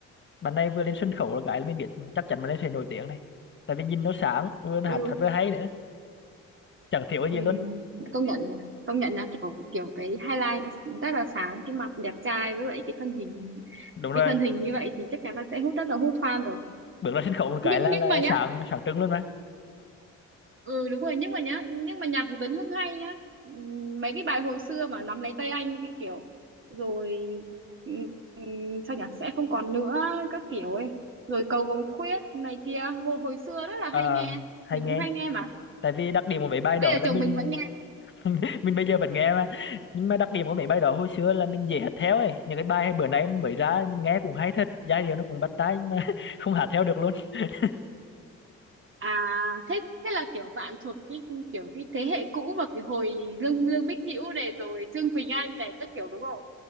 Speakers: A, on the left; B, on the right.
A: bạn này vừa lên sân khấu là cái là mình biết chắc chắn bạn ấy sẽ nổi tiếng này tại vì nhìn nó sáng vừa nó
B: ừ
A: hát hát vừa hay nữa chẳng thiếu cái
B: ừm,
A: gì luôn
B: công nhận nhỉ công nhận là kiểu kiểu cái highlight nó rất là sáng cái mặt đẹp trai với lại cái thân hình
A: đúng rồi
B: cái thân hình như vậy thì chắc chắn là sẽ hút rất là hút fan rồi
A: bước ra sân khấu một cái
B: nhưng
A: là
B: nhưng
A: là
B: mà nhá
A: sáng sáng trưng luôn mà
B: ừ đúng rồi nhưng mà nhá nhưng mà nhạc của Tấn Hưng hay nhá Ừm, mấy cái bài hồi xưa mà nắm lấy tay anh cái kiểu rồi ừm, ừm, sao nhỉ sẽ không còn nữa các kiểu ấy rồi cầu vồng khuyết này kia hồi, hồi xưa rất là hay
A: Ờ,
B: nghe
A: hay
B: mình
A: nghe
B: cũng hay nghe mà
A: tại vì đặc điểm của mấy bài
B: bây
A: đó
B: giờ
A: là
B: chồng
A: mình
B: mình vẫn nghe
A: <laughs> mình bây giờ vẫn nghe mà nhưng mà đặc điểm của mấy bài đó hồi xưa là mình dễ hát theo ấy những cái bài bữa nay mới ra mình nghe cũng hay thật giai điệu nó cũng bắt tai nhưng mà <laughs> không hát theo được luôn <laughs>
B: à thế thế là kiểu bạn thuộc cái kiểu cái thế hệ cũ và cái hồi Lương Lương Bích Hữu này rồi Trương Quỳnh Anh này các kiểu đúng không